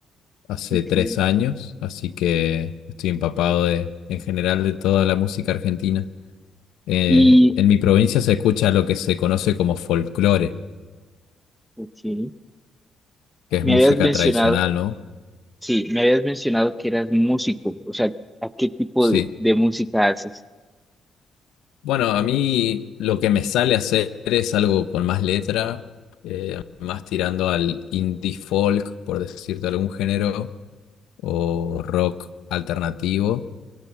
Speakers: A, on the left; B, in the centre.
A: hace
B: Ok.
A: tres años, así que estoy empapado de, en general de toda la música argentina. Eh,
B: Y,
A: en mi provincia se escucha lo que se conoce como folclore,
B: ok,
A: que es
B: me
A: música
B: habías mencionado
A: tradicional, ¿no?
B: Sí, me habías mencionado que eras músico, o sea, ¿a qué tipo
A: Sí.
B: de, de música haces?
A: Bueno, a mí lo que me sale hacer es algo con más letra, eh, más tirando al indie folk, por decirte algún género, o rock alternativo